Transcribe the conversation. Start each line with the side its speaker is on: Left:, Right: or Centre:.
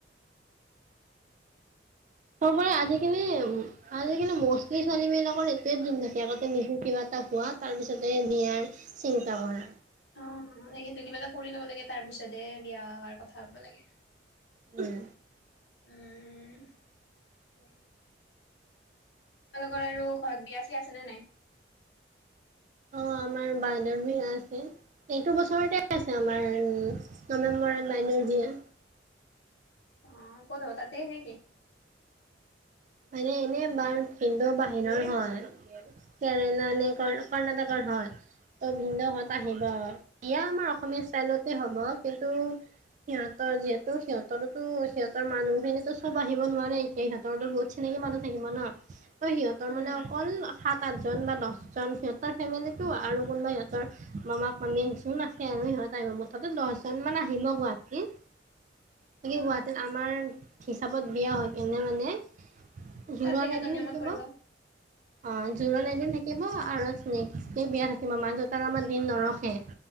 Right: চবৰে আজিকালি আজিকালি ম'ষ্টলি ছোৱালী বিলাকৰ এইটোৱে দিন থাকে আগতে নিজও কিবা খোৱা, তাৰপিছতে বিয়াৰ চিন্তা কৰা।
Left: অ, মানে সটো কিবা এটা কৰি ল'ব লাগে তাৰ পিছতে বিয়া হোৱাৰ কথা হব লাগে।
Right: উ'ম
Left: ও' তোমালোকৰ আৰু ঘৰত বিয়া চিয়া আছে নে নাই?
Right: অ' আমাৰ বাইদেউৰ বিয়া আছে, এইটো বছৰতে আছে আমাৰ, নৱেম্বৰত বাইদেউ বিয়া
Left: অ' ক'ত হ'ব, তাতে নে কি।
Right: মানে এনে বাৰ ভিন্দেঔ বাহিৰৰ হয়। কেৰেলা নে কৰ্ণাটকৰ হয়। ত ভিন্দেঔহঁত
Left: অ
Right: আহিব। আৰু বিয়া আমাৰ অসমীয়া ষ্টাইলতে হ'ব। কিন্তু সিহঁতৰ যিহেতু সিহঁতৰো সিহঁতৰ মানুহখিনিতো সব আহিব নোৱাৰে এতিয়া, সিহঁতৰতো বহুত চিনাকি মানুহ থাকিব ন। ত' সিহঁতৰ
Left: উম,
Right: মানে অকল সাত পাঁচজন বা দহজন সিহঁতৰ ফেমিলিটো আৰু কোনোবা সিহঁতৰ মামা মামী যোন আছে আৰু সিহ হত আহিব, মুঠতে দহজন মান আহিম গুৱাহাটী কিন
Left: অ',
Right: গুৱাহাটীত আমাৰ হিচাপত বিয়াহৈ কিনে মানে জোৰণ
Left: তাতে সিহঁতৰ
Right: এদিন
Left: নিয়মত
Right: থাকিব
Left: কৰিব অ'।
Right: অ' জোৰণ এদিন থাকিব আৰু নেক্সট ডে বিয়া থাকিম মা দেউতাৰ আমাৰ দিন নৰখে।।